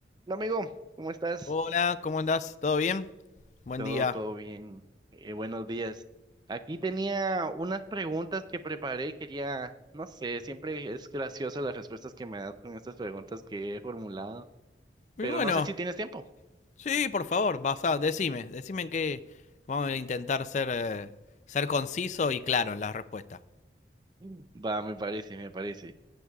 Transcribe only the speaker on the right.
Hola amigo, ¿cómo estás?
Todo,
todo bien. Eh, buenos días. Aquí tenía unas preguntas que preparé. Quería, no sé, siempre es graciosa las respuestas que me das con estas preguntas que he formulado,
pero
no sé si tienes tiempo.
Mm. Va, me parece, me parece.